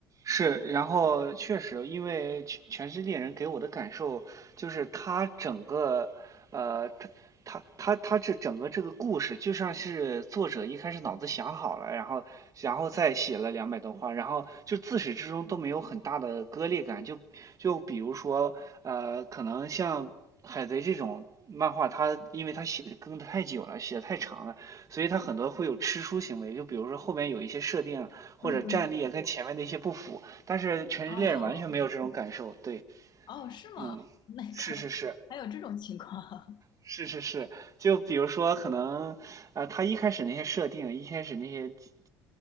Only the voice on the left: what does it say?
嗯嗯，
哦
哦，是吗？
那个
还有这种情况？<laughs>